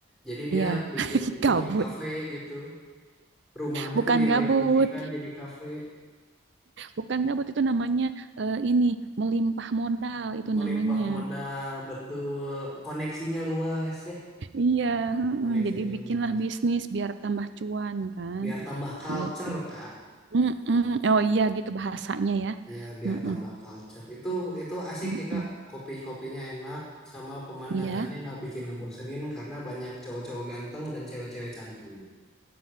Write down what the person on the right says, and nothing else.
iya,
<laughs> gabut.
Bukan
gabut.
Bukan gabut itu namanya eh, ini melimpah modal itu
namanya.
Iya, heeh.
Jadi bikinlah
bisnis biar tambah cuan kan,
gitu.
Mm-mm. Oh iya gitu bahasanya ya.
Mm-mm.
Mm-mm.
Iya,